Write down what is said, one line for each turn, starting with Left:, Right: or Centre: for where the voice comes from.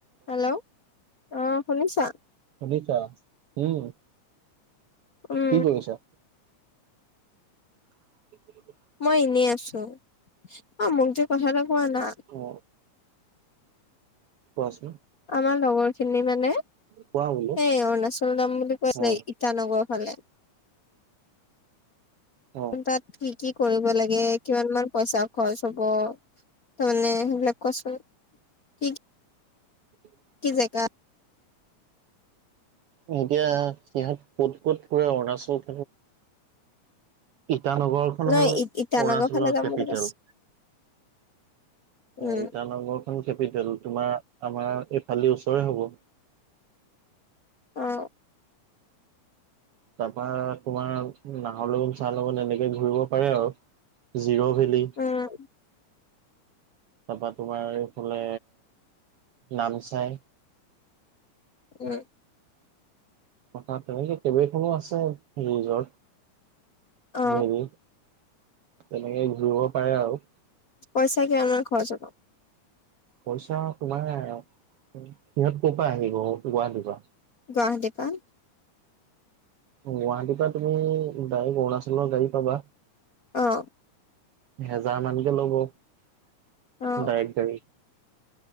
Left: Hello অঁ শুনিছা?
Right: শুনিছা? উম।
Left: উম
Right: কি কৰিছা? <unintelligible>
Left: মই এনেই আছোঁ। অ মোক যে কথা এটা কোৱা না?
Right: অ। কোৱাচোন?
Left: আমাৰ লগৰখিনি মানে
Right: কোৱা বোলো
Left: এই অৰুণাচল যাম বুলি কৈ আছিলে
Right: অ
Left: ইটানগৰ ফালে,
Right: অ
Left: তাত কি কি কৰিব লাগে কিমান মান পইছা খৰচ হ'ব তামানে সেইবিলাক কোৱাচোন? কি
Right: <inaudible>
Left: কি জেগাত?
Right: এতিয়া সিহঁত ক'ত ক'ত ফুৰে অৰুণাচল ইটানগৰখন
Left: নহ
Right: হ'ল অৰুণাচলৰ
Left: ইটানগৰ ফালে যাম
Right: কেপিটেল।
Left: বুলি কৈছে
Right: অ
Left: উম
Right: ইটানগৰখন কেপিটেল তোমাৰ আমাৰ এইফাল দি ওচৰে হ'ব।
Left: অ।
Right: তাপা তোমাৰ নাহৰ লগত চাহ লগত এনেকে ঘুৰিব পাৰে আৰু। জিৰ' ভেলি।
Left: উম।
Right: তাপা তোমাৰ এইফালে নামচাই।
Left: উম।
Right: থা তেনেকে কেইবেইখনো আছে ৰিজৰ্
Left: অ
Right: মেৰি <unintelligible> তেনেকে ঘুৰিব পাৰে আৰু।
Left: পইছা কিমান মান খৰচ হ'ব।
Right: পইছা তোমাৰ উম সিহঁত ক'ৰ পৰা আহিব গুৱাহাটীৰ পৰা?
Left: গুৱাহাটীৰ পৰা।
Right: গুৱাহাটীৰ পৰা তুমি ডাইৰেক অৰুণাচলৰ গাড়ী পাবা।
Left: অঁ।
Right: এহেজাৰ মানকে ল'ব ডাইৰেক
Left: অ
Right: গাড়ী।